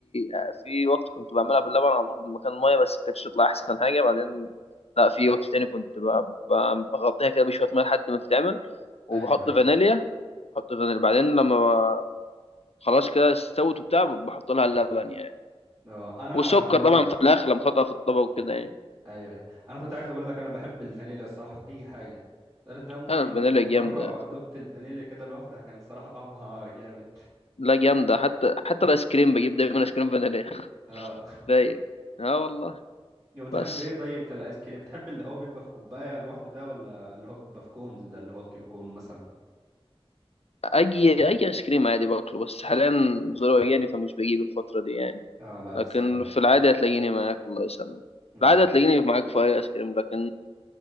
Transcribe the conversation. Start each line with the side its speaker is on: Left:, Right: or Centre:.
Left: آه، في وقت كنت بعملها باللبن على طول مكان المية بس ما كانتش تطلع أحسن حاجة بعدين لا في وقت تاني كنت ب- ب- بغطيها كده بشوية مية لحد ما تتعمل وبحط
Right: ايوه ايوه
Left: فانيليا بحط فانيليا بعدين لما ب- خلاص كده استوت وبتاع بحط لها اللبن يعني
Right: اه انا
Left: والسكر
Right: خلي
Left: طبعا
Right: بالك
Left: في الآخر لما تحطها في الطبق وكده يعني
Right: ايوه ايوه انا كنت عايز اقول لك انا بحب الفانيليا الصراحه في اي حاجه لدرجه ان انا ممكن
Left: أنا الفانيليا
Right: في مره
Left: جامدة
Right: دقت الفانيليا كده لوحدها كان صراحه طعمها جامد
Left: لا جامدة حتى حتى الآيس كريم بجيب دايما آيس كريم فانيليا
Right: اه
Left: <laughs> رايق اه والله
Right: وبتحب
Left: بس
Right: ايه طيب في الايس كريم بتحب اللي هو بيبقى في كوبايه لوحده ده ولا اللي هو بيبقى في كونز ده اللي هو الكيميكونو مثلا
Left: أي أي آيس كريم عادي باكله بس حاليا ظروف يعني فمش بجيب الفترة دي يعني
Right: اه لا الف
Left: لكن
Right: سلام عليك
Left: في العادة هتلاقيني معاك الله يسلمك
Right: امم
Left: في العادة هتلاقيني معاك في أي آيس كريم لكن